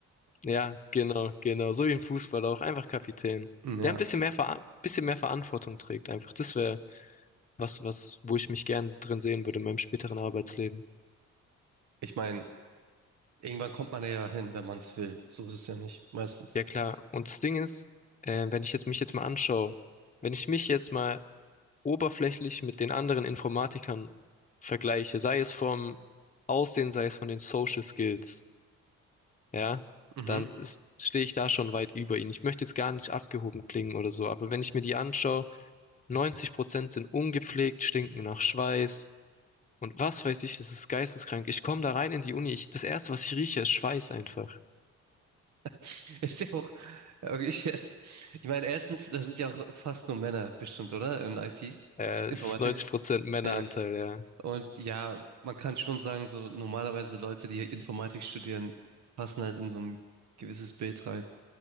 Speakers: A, on the left (about 25°); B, on the right (about 65°).
A: Ja, genau, genau. So wie im Fußball auch. Einfach Kapitän.
B: Hm, Ja.
A: Der ein bisschen mehr, Vera bisschen mehr Verantwortung trägt. Einfach. Das wäre was, was, wo ich mich gern drin sehen würde in meinem späteren Arbeitsleben.
B: Ich meine, irgendwann kommt man ja hin, wenn man es will. So ist es ja nicht, meistens.
A: Ja, klar. Und das Ding ist, äh, wenn ich jetzt mich jetzt mal anschaue, wenn ich mich jetzt mal oberflächlich mit den anderen Informatikern vergleiche, sei es vom Aussehen, sei es von den Social Skills, ja,
B: Mhm.
A: dann stehe ich da schon weit über ihnen. Ich möchte jetzt gar nicht abgehoben klingen oder so, aber wenn ich mir die anschaue, 90 Prozent sind ungepflegt, stinken nach Schweiß und was weiß ich, das ist geisteskrank. Ich komme da rein in die Uni, ich, das Erste, was ich rieche, ist Schweiß einfach.
B: <laughs> Ist ja auch, ja, okay, ich, ich meine, erstens, da sind ja auch fast nur Männer bestimmt, oder? In IT,
A: Äh,
B: Informatik.
A: es ist 90 Prozent Männeranteil,
B: Ja,
A: ja.
B: und ja, man kann schon sagen, so normalerweise Leute, die Informatik studieren, passen halt in so ein gewisses Bild rein.